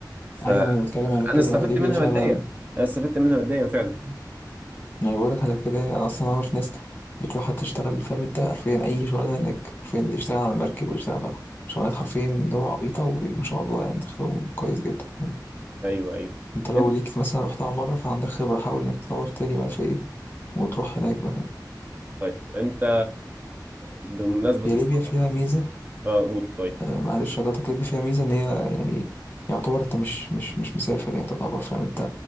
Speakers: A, on the right; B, on the left.
A: فانا
B: ايوه ما انا بتكلم على كده
A: استفدت
B: ليبيا
A: منها
B: فعلا
A: ماديا انا استفدت منها ماديا فعلا
B: انا بقولك على كده انا اصلا اعرف ناس بتروح تشتغل فاهم انت حرفيا اي شغلانه هناك حرفيا اللي يشتغل على مركب ويشتغل في شغلات حرفيا اللي هو عبيطه وما شاء الله يعني دخلهم كويس جدا فاهم
A: ايوه ايوه
B: انت لو
A: انت
B: ليك مثلا رحتها مره فعندك خبره حاول انك تدور تاني بقى في ايه وتروح هناك بقى
A: طيب انت بمناسبه السفر
B: هي ليبيا فيها ميزه
A: اه قول طيب
B: آه، معلش حضرتك ليبيا فيها ميزه ان هي يعني يعتبر انت مش مش مش مسافر يعني تعتبر فاهم انت